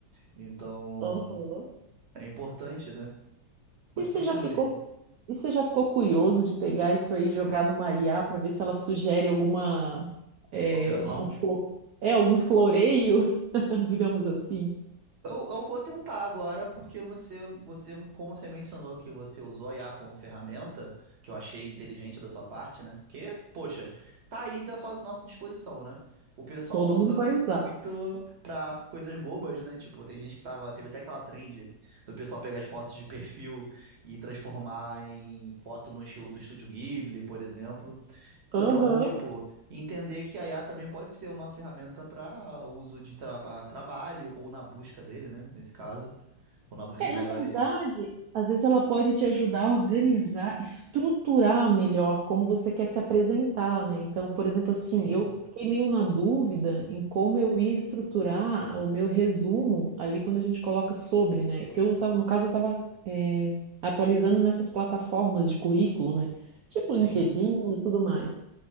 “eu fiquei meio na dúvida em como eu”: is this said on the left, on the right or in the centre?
Right